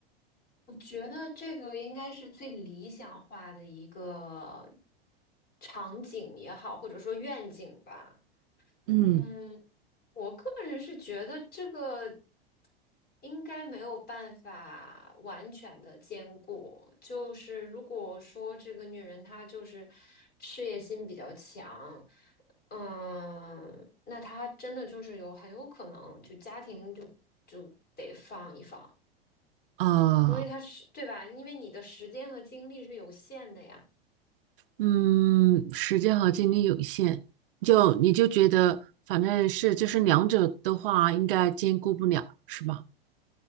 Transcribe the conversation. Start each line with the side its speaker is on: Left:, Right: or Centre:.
Left: 我觉得这个应该是最理想化的一个场景也好，或者说愿景吧。
Right: 嗯
Left: 嗯，我个人是觉得这个应该没有办法完全的兼顾。就是如果说这个女人她就是事业心比较强，嗯，那她真的就是有很有可能就家庭就就得放一放，
Right: 啊，
Left: 因为她是，对吧？因为你的时间和精力是有限的呀。
Right: 嗯，时间和精力有限，就你就觉得反正是就是两者的话，应该兼顾不了，是吧？